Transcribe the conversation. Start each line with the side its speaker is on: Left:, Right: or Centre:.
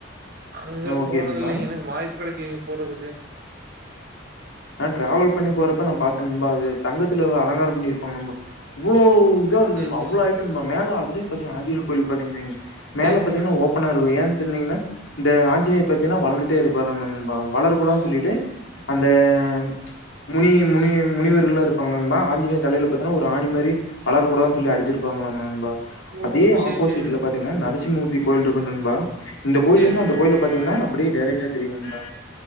Right: அங்க
Left: ஓகே
Right: போனதில்லைங்க
Left: நண்பா
Right: எனக்கு வாய்ப்பு கெடைக்கலிங்க போறதுக்கு
Left: நா டிராவல் பண்ணி போறப்ப நா பாத்த நண்பா அது தங்கத்துல அலங்காரம் பண்ணிருப்பாங்க நம்ப அவ்ளோ இதா இருக்கு
Right: சேரி
Left: நண்பா
Right: சேரிங்க
Left: அவ்ளோ ஹைட் நண்பா மேல அதுலயு பாத்திங்னா ஆஞ்சநேயர் கோயில் பாத்திங்கன் வைங்க மேல
Right: சேரிங்க
Left: பாத்திங்னா ஓபனா இருக்கு ஏன் டிங்னா இந்த ஆஞ்சநேயர் பாத்தினா வளந்துட்டே இருப்பாராம் நண்பா வளரக்கூடாதுன்
Right: ஓ
Left: சொல்லிட்டு அந்த அ முனி முனி முனிவர்களா இருப்பாங்கள ஆஞ்சிநேய தலைல பாத்தினா ஒரு ஆணி மாரி வளரக்கூடாதுன் சொல்லி அடிச்சிருப்பாங்களான் நண்பா
Right: ஓ
Left: அதே
Right: சேரி
Left: ஆப்போசிட்ல
Right: சேரிங்க நண்பா.
Left: பாத்திங்னா நரசிம்மூ ர்த்தி கோயில்ருக்கு நண்பா இந்த கோயில்லருந்து
Right: சேரிங்க
Left: அந்த கோயில பாத்திங்னா அப்டியே டைரக்டா தெரியு நண்பா